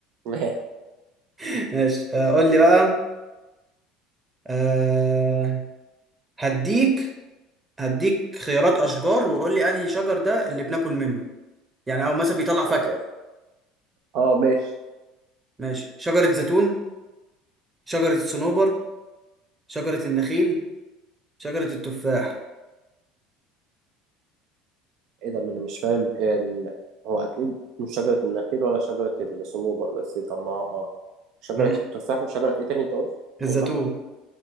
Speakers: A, on the right; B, on the right.
A: ماشي
B: <laughs> ماشي آه، قول لي بقى آه، هديك هديك خيارات اشجار وقول لي انهي شجر ده اللي بناكل منه يعني او مثلا بيطلع
A: صعبة
B: فاكهه
A: دي اه ماشي
B: ماشي شجره زيتون شجره الصنوبر شجره النخيل شجره التفاح
A: ايه ده ما انا مش فاهم ال... هو اكيد مش شجرة النخيل ولا شجرة الصنوبر بس طب ما شجرة
B: ماشي
A: التفاح وشجرة ايه تاني انت قلت
B: الزيتون
A: اول واحدة